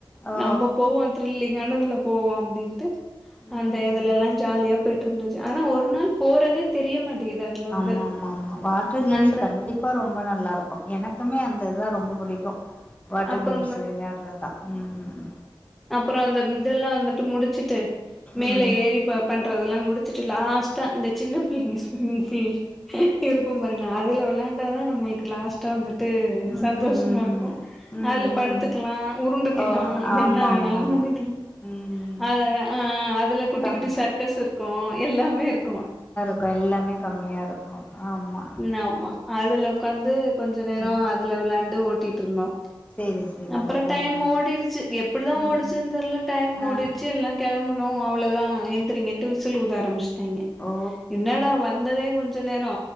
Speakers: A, on the left; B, in the centre.
A: ஓ
B: நம்ம போவோ த்ரில்லிங்கானதுல போவோ அப்டின்ட்டு
A: ம்
B: அந்த
A: ம்
B: இதுலல்லா ஜாலியா போயிட்ருந்துச்சு ஆனா ஒரு நாள் போறதே தெரிய மாட்டேகுது அதுல
A: ஆமாஆமாஆமா
B: வந்து
A: வாட்டர் கேம்ஸ்
B: அந்த
A: கண்டிப் பா ரொம்ப நல்லாருக்கு எனக்குமே அந்ததுதா ரொம்ப புடிக்கு வாட்டர்
B: அப்புறம்
A: கேம்ஸ்ல வெளையாட்றத்தா ம் ம்
B: அப்பரோ அந்த இதல்லா வந்துட்டு முடிச்சுட்டு மேல
A: ம்
B: ஏறி ப பண்றதெல்லா முடிச்சுட் ட்டு லாஸ்டா அந்த சின்ன பிள்ளெங்க <unintelligible> இருக்கும்பாருங்க அதுல வெளாண்டாதா நம்முளுக்கு லாஸ்ட்டா வந்துட்டு
A: ம்
B: சந்தோஷமாருக்கு
A: ம்
B: அதுல படுத்துக்லா
A: ம்
B: உருண்டுக்லா
A: ஓ ஆமா
B: என்ன வேணாலு
A: ஆமா ஆமா
B: பண்ணிக்கலா
A: ம்
B: அத அ அதுல குட்டி
A: கம்
B: குட்டி சர்க்கஸ் இருக்கு எல்லாமே இருக்கு
A: இப்ப எல்லாமே கம்மியாருக்கு ஆமா
B: நாமா அதுல உக்காந்து கொஞ்ச நேரோ
A: ம்
B: அதுல வெளாண்டு ஓட்டிட்ருந்தோ
A: சேரி சேரி
B: அப்ரோ டைம்
A: ஆ ஆ
B: ஓடிரிச்சு எப்டிதா
A: ம்
B: ஓடுச்சுன் தெர்ல டைம்
A: ஆ
B: ஓடிட்ச்சு எல்லா கெளம்பணு அவ்ளதா எந்திரிங்கன்ட்டு விசில் ஊத ஆரம்பிச் ட்டாங்கெ
A: ஓ
B: என்னடா வந்ததே கொஞ்சோ நேரோ